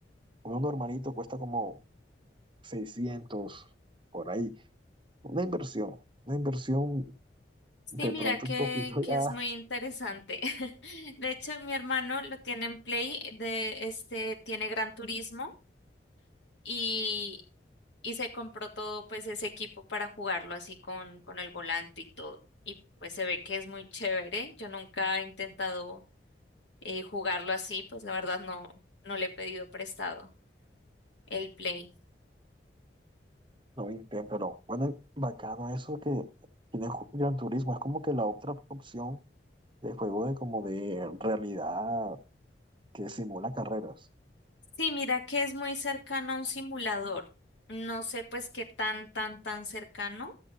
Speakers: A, on the right (about 30°); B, on the left (about 80°).
A: Uno normalito cuesta como 600 por ahí. Una inversión, una inversión
B: Sí,
A: de
B: mira
A: pronto
B: que,
A: un poquito
B: que
A: ya,
B: es muy interesante. <laughs> De hecho, mi hermano lo tiene en Play, de este, tiene Gran Turismo. y, y se compró todo pues ese equipo para jugarlo así con, con el volante y todo. Y pues se ve que es muy chévere. Yo nunca he intentado eh, jugarlo así, pues la verdad no, no le he pedido prestado el Play.
A: no intento, pero bueno, bacano eso que tiene Ju- Gran Turismo. Es como que la otra opción de juego de como de realidad que simula carreras.
B: Sí, mira que es muy cercano a un simulador. No sé pues qué tan, tan, tan cercano,